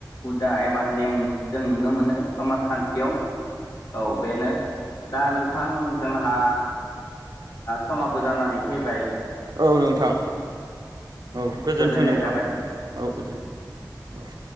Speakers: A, on the left (about 60°); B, on the right (about 60°).
A: हुदा एबा नेम जों नुनो मोनो समाजखान्थियाव औ बेनो दा नोंथां जोंहा समाबो जानानै फैबाय।
B: औ नोंथां औ गोजोन्थों
A: गोजोननाय
B: नोंथां
A: थाबाय
B: औ गोजोन्थों औ।